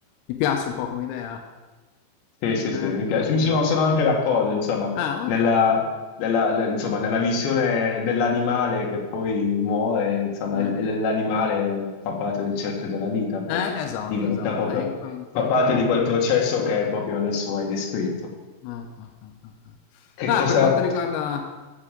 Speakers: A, on the left; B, on the left.
A: Ti piace un po' come idea?
B: Sì, sì, sì,
A: Eh,
B: mi piace.
A: eh,
B: Mi sono,
A: eh.
B: sono anche d'accordo, insomma,
A: Ah,
B: nella,
A: ok.
B: nella- ne- insomma, nella visione dell'animale che poi muore, insomma,
A: Eh.
B: e- e l'animale fa parte del cerchio della vita, poi
A: Eh, esatto,
B: diventa
A: esatto,
B: proprio,
A: eh, in, que- in quel
B: fa parte
A: caso.
B: di quel processo che proprio adesso hai descritto.
A: Eh, eh, eh, eh, eh.
B: Che
A: Ah,
B: cosa,
A: per quanto riguarda...